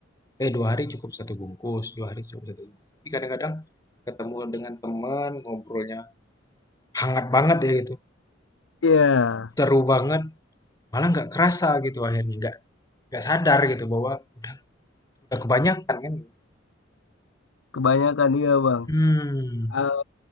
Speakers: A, on the left; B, on the left.
A: eh dua hari cukup satu bungkus, dua hari cukup satu bungkus. Tapi kadang-kadang ketemu dengan teman ngobrolnya hangat banget ya gitu,
B: Iya,
A: seru banget, malah nggak kerasa gitu akhirnya nggak nggak sadar gitu bahwa udah udah kebanyakan kan. gitu.
B: kebanyakan iya Bang.
A: Hmm,
B: Eh,